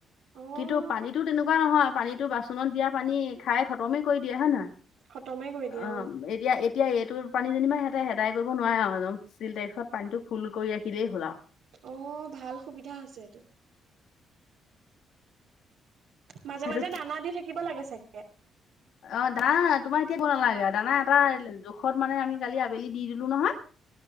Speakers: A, on the right (about 85°); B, on the left (about 75°).
A: অ',
B: কিন্তু পানীতো তেনেকুৱা নহয় পানীতো বাচনত দিয়া পানী খাই খতমে কৰি দিয়ে হয় নে নহয়
A: খতমে কৰি দিয়ে
B: অ এতিয়া এতিয়া এইটো পানী যেনিবা সিহতে হেদাই কৰিব নোৱাৰে আৰু নজমছিল টেক্ত পানী টো ফুল কৰি ৰাখিলেই হ'ল আৰু
A: অ ভাল সুবিধা আছ এইটো মাজে
B: সেইটো
A: মাজে দানা দি থাকিব লাগে চাগে
B: অ দানা তোমাৰ এতিয়া ক নালাগে আৰু দানা এটা জোখত মানে আমি কালি আবেলি দি দিলো নহয়